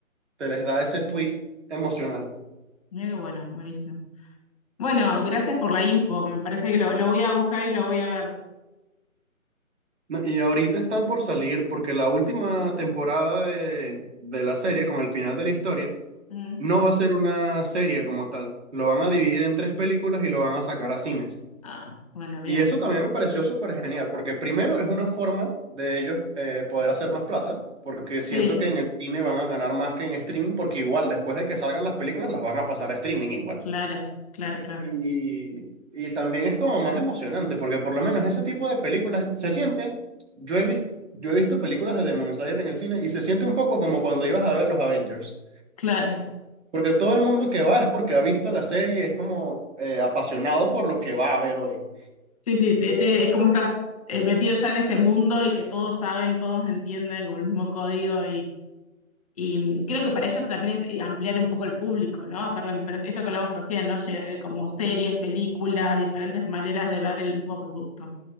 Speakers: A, on the right; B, on the left.
A: te les da ese twist emocional.
B: Mirá qué bueno, buenísimo. Bueno, gracias por la info, me parece que lo, lo voy a buscar y lo voy a ver.
A: No, Y ahorita están por salir porque la última temporada de, de la serie, con el final de la historia,
B: Mm.
A: no va a ser una serie como tal. Lo van a dividir en tres películas y lo van a sacar a cines.
B: Ah, bueno, bien.
A: Y eso también me pareció súper genial, porque primero es una forma de ellos eh, poder hacer más plata, porque
B: Sí,
A: siento que en el cine van a ganar más que en streaming, porque igual después de que salgan las películas las van a pasar a streaming igual.
B: claro, claro, claro,
A: Y, y también es como más emocionante, porque por lo menos ese tipo de películas se siente, yo he visto, yo he visto películas de Demon Slayer en el cine y se siente un poco como cuando ibas a ver los Avengers,
B: claro.
A: porque todo el mundo que va es porque ha visto la serie, es como eh, apasionado por lo que va a ver hoy.
B: Sí, sí, te, te- es como estás eh, metido ya en ese mundo y que todos saben, todos entienden, como el mismo código Y creo que para ellos también es eh, ampliar un poco el público, ¿no? Hacerlo diferente. Esto que hablamos recién, ¿no? Lle- eh, Como series, películas, diferentes maneras de ver el mismo producto.